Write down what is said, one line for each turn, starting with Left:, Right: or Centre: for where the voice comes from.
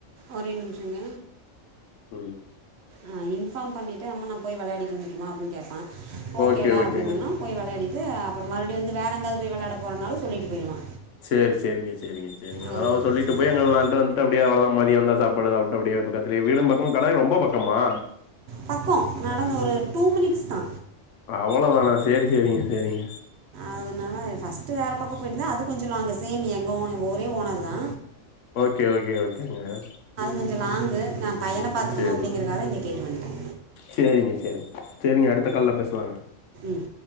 Right: ஒரே நிம்ஷொங்க
Left: ம்
Right: ஆ இன்ஃபாம் பண்ணிட்டு அம்மா நா போய் வெளயாடிட்டு வந்துர்ட்டுமா அப்டின்னு கேப்பா ஓகேடா
Left: ஓகே ஓகேங்க
Right: அப்டின்னொம்னா போய் வெளயாடீட்டு அப்பொறொ வந்து வேறு எங்காவ்து போய் வெளாட போறனாலு சொல்லிட்டு போய்ருவா
Left: சேரி சேரிங்க சேரிங்க சேரிங்க அதோடாவ
Right: அதனால
Left: சொல்லிட்டு
Right: பிரச்சனை
Left: போய் அங்க
Right: இல்லை
Left: வெளான்ட்டு வந்து டு அப்டியே அவ்ளோதா மதிய வந்தா சாப்பாடு சாப்ட்டு அப்பிடியே பக்கத்துலே வீடும் பக்கோ கட ரொம்ப பக்கமா
Right: பக்கோ நடந்து ஒரு டூ மினிட்ஸ் தா
Left: அவ்ளோ தானா சேரி சேரிங்க சேரிங்க
Right: அதனால ஃபஸ்ட்டு வேறு பக்கொ போய்யிர்ந்த அது கொஞ்சொ லாங் சேம் எங்க ஓனர்தா ஒரே ஓனருதா
Left: ஓகே ஓகே ஓகேங்க
Right: கொஞ்ச லாங்கு நா பையன பாத்துக்கணு
Left: சேரிங்க
Right: அப்பிடிங்கறக்காக இங்க கேட்டு வன்ட்ட
Left: சேரிங்க சேரிங்க சேரிங்க அடுத்த கால்ல பேசலாங்க
Right: ம்